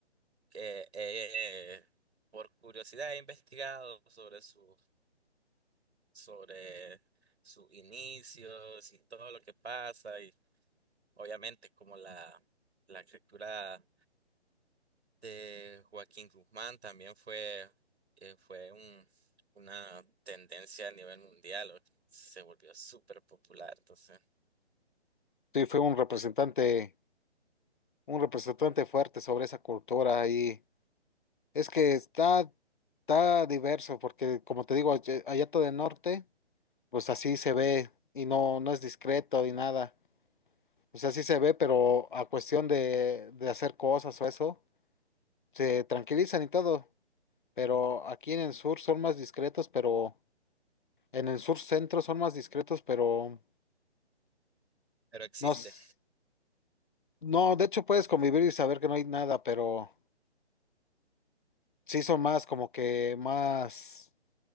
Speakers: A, on the right; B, on the left.
A: que eh, por curiosidad he investigado sobre su, sobre sus inicios y todo lo que pasa y obviamente como la la estructura de Joaquín Guzmán también fue, eh, fue un- una tendencia a nivel mundial, o- se volvió súper popular, entonces,
B: sí fue un representante, un representante fuerte sobre esa cultura y es que está, está diverso, porque como te digo, allá allá todo el norte, pues así se ve y no, no es discreto ni nada. O sea, sí se ve, pero a cuestión de, de hacer cosas o eso, se tranquilizan y todo, pero aquí en el sur son más discretos, pero en el sur centro son más discretos, pero
A: pero existe.
B: no, s- no, de hecho puedes convivir y saber que no hay nada, pero sí son más como que más,